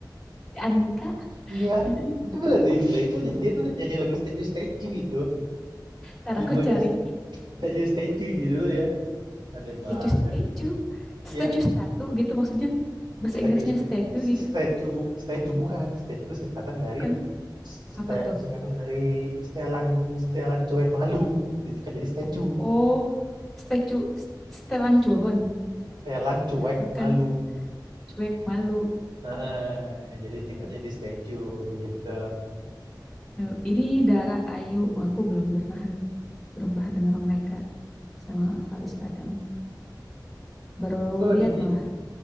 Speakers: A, in the centre; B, on the right.
A: Si Andika.
B: Iya.
A: <laughs> Heeh.
B: Gimana tuh itu? Nah, itu dia tuh nyanyi lagu Statue Statue itu.
A: Ntar
B: Judulnya
A: aku cari
B: Statue Statue judul ya. Aneh banget.
A: statue-statue.
B: Iya,
A: Statue statue gitu maksudnya. Bahasa
B: Statue
A: Inggrisnya
B: Statue
A: statue gitu.
B: Statue Statue bukan. Statue itu singkatan dari
A: Bukan.
B: ste-
A: Apa tuh?
B: singkatan dari stelan stelan cuek malu. Disingkat jadi Statue.
A: Oh, statue. Setelan culun.
B: stelan cuek
A: Bukan
B: malu.
A: cuek malu.
B: Heeh, jadi singkatnya jadi Statue gitu.
A: Eh, Ini Dara Ayu. Oh, Aku belum pernah nih. Belum pernah dengar mereka sama Faris Adam. Baru
B: Itu lagi
A: lihat malah.